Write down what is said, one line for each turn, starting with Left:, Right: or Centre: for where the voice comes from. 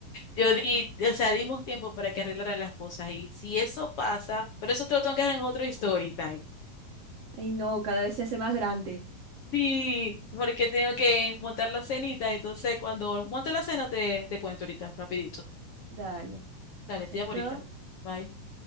Left: Yo di, o sea, dimos tiempo para que arreglaran las cosas y si eso pasa, pero eso te lo tengo que dejar en otro story time.
Right: Ay, no, cada vez se hace más grande.
Left: Sí, porque tengo que montar la cenita, entonces cuando monte la cena te, te cuento ahorita, rapidito.
Right: Dale.
Left: Dale,
Right: Chaito.
Left: te llamo ahorita. Bye.